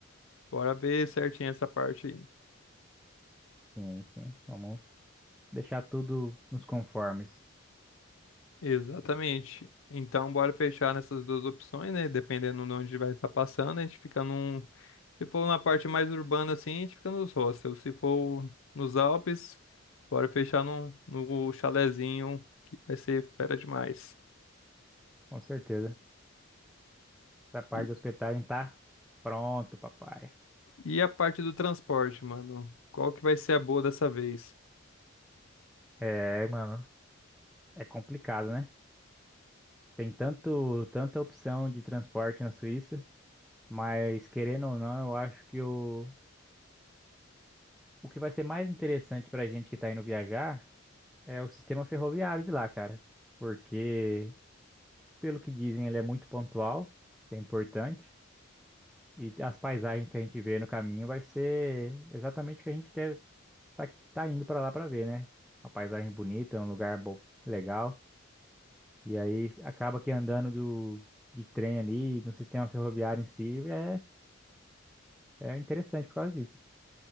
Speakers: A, on the left; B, in the centre.
A: Bora ver certinho essa parte aí.
B: sim, sim. Vamos deixar tudo nos conformes,
A: Exatamente. Então, bora fechar nessas duas opções, né? Dependendo de onde vai estar passando, a gente fica num. Se for na parte mais urbana assim, a gente fica nos hostels. Se for nos Alpes, bora fechar num, no chalezinho, que vai ser fera demais.
B: com certeza. Essa parte
A: E,
B: de hospedagem tá pronto, papai.
A: e a parte do transporte, mano? Qual que vai ser a boa dessa vez?
B: É, mano, é complicado, né? Tem tanto, tanta opção de transporte na Suíça, mas querendo ou não, eu acho que o O que vai ser mais interessante pra gente que tá indo viajar é o sistema ferroviário de lá, cara. Porque, pelo que dizem, ele é muito pontual, que é importante, e as paisagens que a gente vê no caminho vai ser exatamente o que a gente quer tá, tá indo pra lá pra ver, né? Uma paisagem bonita, um lugar bom, legal. E aí acaba que andando do, de trem ali, no sistema ferroviário em si, é, é interessante por causa disso.